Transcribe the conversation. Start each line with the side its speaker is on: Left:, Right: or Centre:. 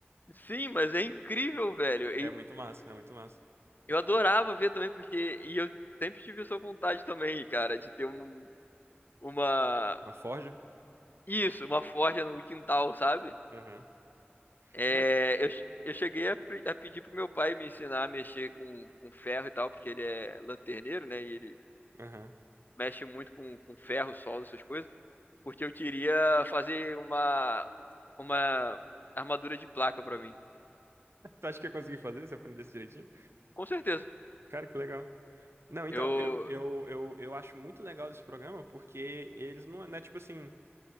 Left: Sim, mas é incrível, velho.
Right: É muito massa, é muito massa.
Left: Eu adorava ver também, porque. E eu sempre tive essa vontade também, cara, de ter um, uma.
Right: Uma forja?
Left: Isso, uma forja no quintal, sabe?
Right: Aham.
Left: É,
Right: Não, e-
Left: eu, che- eu cheguei a, pre- a pedir pro meu pai me ensinar a mexer com, com ferro e tal, porque ele é lanterneiro, né? E ele
Right: aham.
Left: mexe muito com, com ferro, solda, essas coisas. Porque eu queria fazer uma, uma armadura de placa pra mim.
Right: Tu acha que ia conseguir fazer se eu aprendesse direitinho?
Left: Com certeza.
Right: Cara, que legal. Não, então,
Left: Eu.
Right: eu, eu, eu, eu acho muito legal desse programa porque eles não, é não é tipo assim.